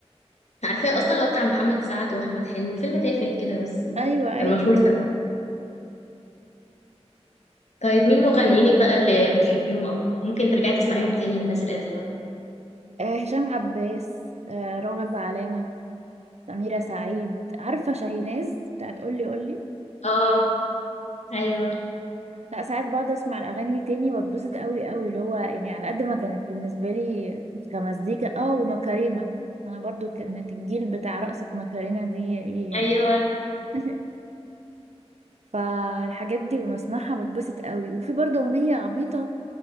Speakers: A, on the left (about 80°); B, on the right (about 75°).
A: عارفاه اصلا هو بتاع محمد سعد واحمد حلمي فيلم تافه كده بس
B: ايوه ايوه
A: كان مشهور سنة طيب مين مغنيينك بقى اللي بتحبيهم او ممكن ترجعي تسمعيهم تاني من الناس القديمه
B: آه، هشام عباس آه، راغب علامة سميرة سعيد عارفة شاهيناز بتاعت قولي قولي
A: اه ايوه
B: لا ساعات بقعد اسمع الاغاني دي تاني بتبسط قوي قوي اللي هو يعني على قد ما كانت بالنسبة لي كمزيكا اه وماكارينا انا برضو كانت الجيل بتاع رقصة ماكارينا دي ايه يعني
A: ايوه
B: <laughs> فالحاجات دي بسمعها بتبسط قوي وفي برضو اغنية عبيطة